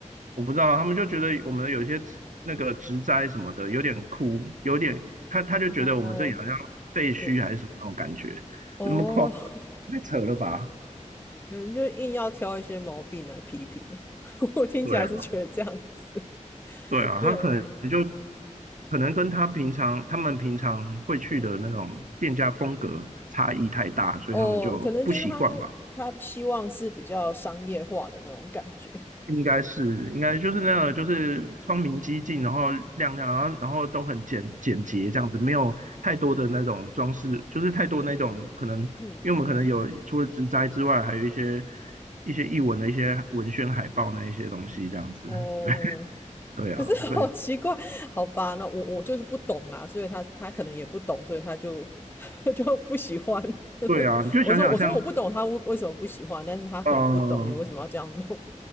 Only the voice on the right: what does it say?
我不知道，他们就觉得我们有些植那个植栽什么的有点枯，有点他他就觉得我们这里好像废墟还是什么那种感觉，
那么快
太扯了吧？
对啊，对啊，
他可能就可能跟他平常他们平常会去的那种店家风格差异太大，
所以他们就不习惯吧。
应该是，应该就是那个，就是窗明几净，然后亮亮，然后然后都很简简洁这样子，没有太多的那种装饰，就是太多那种可能，
因为我们可能有除了植栽之外，还有一些一些译文的一些文宣海报那一些东西这样子，
对对啊，
所以
对啊，你就想想像，
呃，